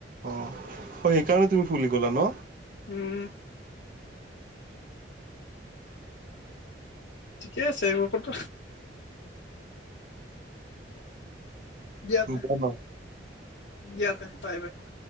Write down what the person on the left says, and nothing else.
উম। ঠিকে আছে এইবোৰ কত <unintelligible>